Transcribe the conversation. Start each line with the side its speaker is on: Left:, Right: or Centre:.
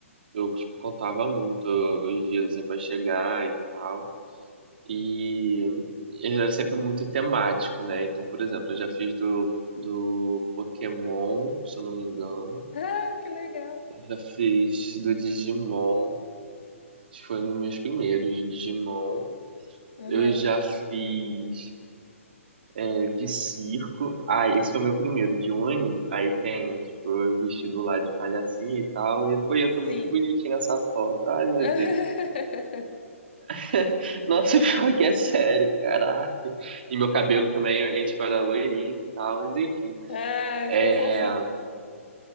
Right: eu, tipo, contava muito os dias, assim, pra chegar e tal, e era sempre muito temático, né? Então, por exemplo, eu já fiz do, do Pokémon, se eu não me engano,
Left: <laughs> Ah, que legal.
Right: eu já fiz do Digimon, Acho que foi um dos meus primeiros de Digimon.
Left: Aham.
Right: Eu já fiz é, de circo. Ah, esse foi meu primeiro, de um aninho. Aí tem, tipo, vestido lá de palhacinho e tal. E foi,
Left: Sim.
Right: eu tô muito bonitinho nessa foto. Ai, meu
Left: <laughs>
Right: Deus. <laughs> Nossa, pior que é sério, caraca. E meu cabelo também, a gente era loirinho e tal, mas enfim.
Left: Ah,
Right: É,
Left: ficou fofinho.